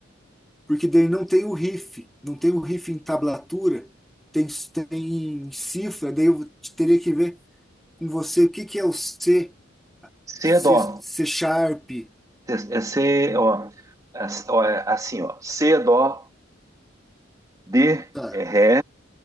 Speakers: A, in the centre; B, on the right.
A: Porque daí não tem o riff, não tem o riff em tablatura, tem, tem em cifra, daí eu teria que ver com você o que que é o C,
B: C
A: C,
B: é dó.
A: C sharp.
B: É é C, ó, é- ó, é assim, ó. C é dó, D
A: Tá,
B: é ré,